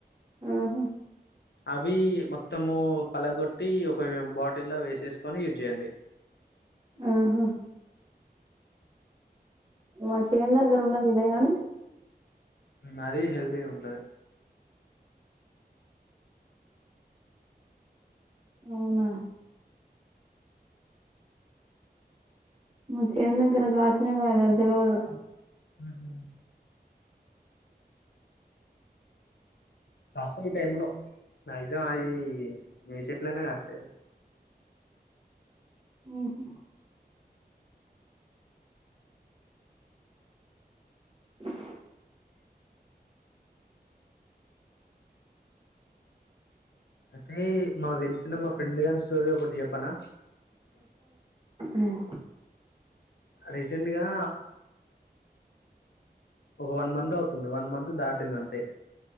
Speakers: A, on the right; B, on the left.
A: మ్ హూ!
B: అవి మొత్తము పలగొట్టి, ఒక బా వాటిలో వేసేసుకొని, యూజ్ చేయండి.
A: ఉహూ! మా చేన్ దగ్గర ఉన్నాయి కదా గానీ
B: ఆది హెల్తీగ ఉంటాది.
A: అవునా? మ చేన్ దగ్గర కాసినయో, కాయలేదో తెలియదు.
B: హు హూ! కాస్తాయి ఈ టైం లో మాగ్జిమం అవి ఏ చెట్లయినే కాస్తాయి అది
A: హ్మ్! <inaudible>
B: అయితే మాకు తెలిసిన మా ఫ్రెండ్ గారి స్టోరీ ఒకటి చెప్పనా?
A: ఉమ్
B: రీసెంట్గా ఒక వన్ మంత్ అవుతుంది వన్ మంత్ దాటింది అంతే